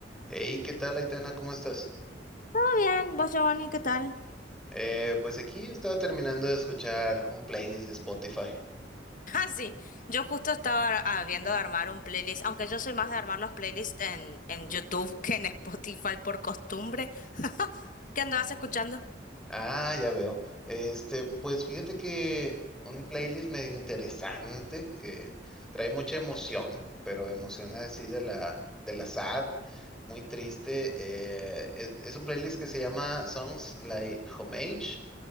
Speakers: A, in the centre; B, on the left.
A: Hey, ¿qué tal, Aitana? ¿Cómo estás?
B: Todo bien, vos Giovanni, ¿qué tal?
A: Eh, pues aquí estaba terminando de escuchar un playlist de Spotify.
B: <laughs> Ah, sí, yo justo estaba ah, viendo de armar un playlist, aunque yo soy más de armar los playlists en, en YouTube <laughs> que en Spotify por costumbre. <laughs> ¿Qué andabas escuchando?
A: Ah, ya veo. Este, pues fíjate que un playlist medio interesante que trae mucha emoción, pero emoción así de la, de la sad, muy triste. eh, es, es un playlist que se llama Songs Like Homage